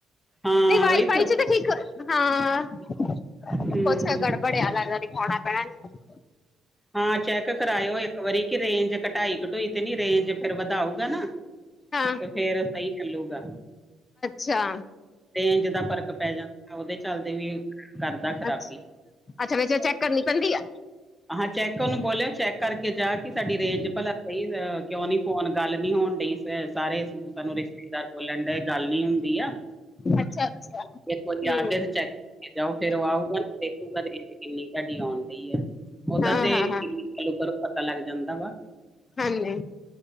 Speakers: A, in the centre; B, on the left.
A: ਹਾਂ
B: ਨ‌ਈ ਵਾਈਫਾਈ
A: ਉਹੀ ਤਾਂ
B: 'ਚ ਤੇ ਠੀਕ ਹਾਂ-
A: ਹੂੰ
B: ਕੁਛ ਗੜਬੜ ਆ ਲਗਦਾ ਦਿਖੋਣਾ ਪੈਣਾ ਏਨੂੰ।
A: ਹਾਂ ਚੈੱਕ ਕਰਾਇਓ ਇੱਕ ਵਰੀ, ਕਿ ਰੇਂਜ ਕਟਾਈ ਕਟੁਈ ਤੇ ਨੀ। ਰੇਂਜ ਫੇਰ ਵਧਾਉਗਾ ਨਾ
B: ਹਾਂ
A: ਤੇ ਫੇਰ ਸ‌ਈ ਚੱਲੂਗਾ।
B: ਚਾ
A: ਰੇਂਜ ਦਾ ਫ਼ਰਕ ਪੈ ਜਾਂਦਾ, ਓਦੇ ਚਲਦੇ ਵੀ ਕਰਦਾ ਖ਼ਰਾਬੀ।
B: ਅੱਛਾ ਅੱਛਾ ਵਿੱਚ ਓ ਚੈੱਕ ਕਰਨੀ ਪੈਂਦੀ ਆ।
A: ਹਾਂ ਚੈੱਕ ਓਨੂੰ ਬੋਲਿਆ। ਚੈੱਕ ਕਰਕੇ ਜਾ ਕੀ ਸਾਡੀ ਰੇਂਜ ਭਲਾ ਸ‌ਈ, ਵ ਕਿਉਂ ਨੀ ਫੋਨ ਗੱਲ ਨੀ ਹੋਣ ਡਈ। ਸਾਰੇ ਸਾਨੂੰ ਰਿਸ ਦਾਰ ਬੋਲਣ ਡਏ ਗੱਲ ਨੀ ਹੁੰਦੀ ਆ।
B: ਅੱਛਾ। ਅੱਛਾ
A: ਏਕ ਵਾਰੀ
B: ਹਮ
A: ਆ ਕੇ ਤੇ ਚੈੱਕ ਕਰਕੇ ਜਾਓ। ਫੇਰ ਓ ਆਊਗਾ ਨਾ, ਦੇਖੂਗਾ ਰੇਂਜ ਕਿੰਨੀ ਤਾਡੀ ਔਣ ਡਈ ਆ। ਓਦਾ
B: ਹਾਂ
A: ਤੇ
B: ਹਾਂ ਹਾਂ
A: ਕਿੰਨੀ ਚਾਲੂ ਕਰੋ ਪਤਾ ਲੱਗ ਜਾਂਦਾ ਵਾ।
B: ਹਾਂਜੀ।